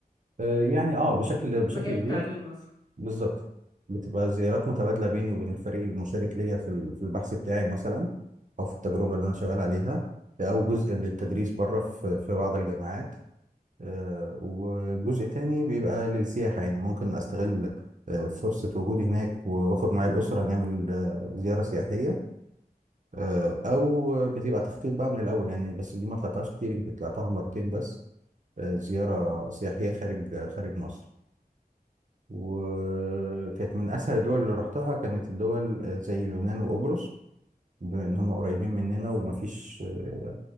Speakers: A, on the right; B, on the left.
A: آه، يعني اه بشكل بشكل
B: مجال
A: كبير
B: التعليم مثلا
A: بالظبط بتبقى زيارات متبادلة بيني وبين الفريق المشارك ليا في ال- في البحث بتاعي مثلا أو في التجربة
B: أمم.
A: اللي أنا شغال عليها أو جزء للتدريس بره في في بعض الجامعات آه، وجزء تاني بيبقى للسياحة يعني ممكن أستغل آه، فرصة وجودي هناك وآخد معايا الأسرة نعمل آه، زيارة سياحية آه، أو بتبقى تخطيط بقى من الأول يعني بس دي ما طلعتهاش كتير يمكن طلعتها مرتين بس آه، زيارة سياحية خارج خارج مصر وكانت من اسهل الدول اللي رحتها كانت الدول آه، زي اليونان وقبرص بما ان هم قريبين مننا ومفيش آه،